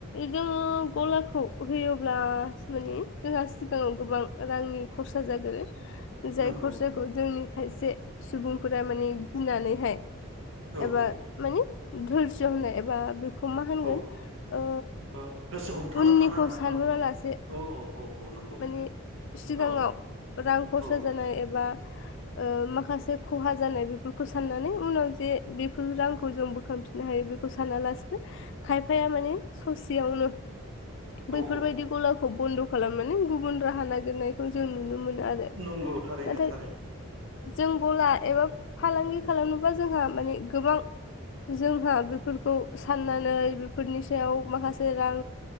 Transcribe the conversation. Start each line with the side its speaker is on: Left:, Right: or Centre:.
Left: जोङो गलाखौ होयोब्ला स माने जोंहा सिगाङाव गोबां रांनि खरसा जागोरो जाय
Right: नंगौ
Left: खरसाखौ
Right: नंगौ
Left: जोंनि खायसे सुबुंफोरा माने गिनानैहाय
Right: औ
Left: एबा
Right: औ
Left: माने धुलस होननाय एबा बे खौ मा होनगोन
Right: औ
Left: ओ
Right: ओ गोसो हमथाना
Left: उननिखौ
Right: थानो हानाय
Left: सानहरालासे
Right: औ औ औ औ औ औ नंगौ
Left: माने सिगाङाव
Right: औ
Left: रां खरसा
Right: औ
Left: जानाय एबा
Right: <inaudible>
Left: ओ माखासे खहा जानाय बेफोरखौ साननानै उनाव जे बेफोर रांखौ जों बोखांफिननो हायो। खौ सानालासिनो खायफाया माने ससेयावनो बैफोरबायदि
Right: औ औ
Left: गलाखौ बन्द' खालामनानै गुबुन राहा नागिरनायखौ जों नुनो मोनो आरो।
Right: नंगौ थारैनो
Left: नाथाय
Right: थारैनो
Left: जोंबोला एबा फालांगि खालामनोबा जोंहा माने गोबां जोंहा बेफोरखौ साननानै बेफोरनि सायाव माखासे रां